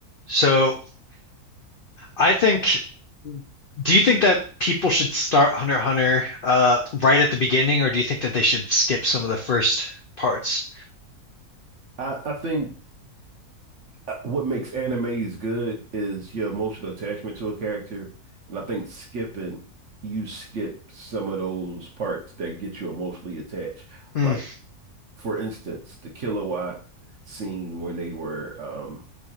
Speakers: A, on the left; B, on the right.
A: So I think, do you think that people should start Hunter x Hunter uh, right at the beginning, or do you think that they should skip some of the first parts?
B: I, I think uh, what makes animes good is your emotional attachment to a character. And I think skipping, you skip some of those parts that get you emotionally attached.
A: Hmm.
B: Like, for instance, the Killua scene when they were um,